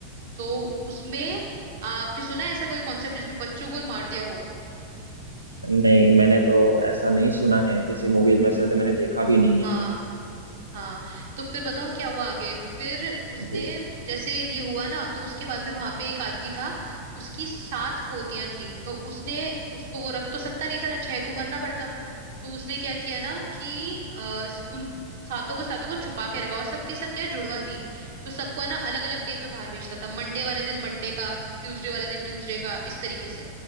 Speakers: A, on the right; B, on the right.
A: तो उसमें आ, आपने सुना है ऐसा कोई कॉन्सेप्ट जिसमें बच्चों को ही मार दिया हो
B: नहीं मैंने तो ऐसा नहीं सुना है किसी मूवीज में से तो मैंने देखा भी नहीं
A: हाँ
B: है
A: हाँ तो फिर बताऊं क्या हुआ आगे फिर उसने
B: जी
A: जैसे ये हुआ ना तो उसके बाद में वहां पे एक आदमी था उसकी सात पोतियां थी तो उसने उसको वो रख तो सकता नहीं था छह को मरना पड़ता तो उसने क्या किया ना कि अ, उन सातों को सातों को छुपा के रखा और सबकी सब क्या जुड़वा थी तो सबको है ना अलग अलग डे पे बाहर भेजता था मंडे वाले दिन मंडे का ट्यूसडे वाले दिन ट्यूसडे का इस तरीके से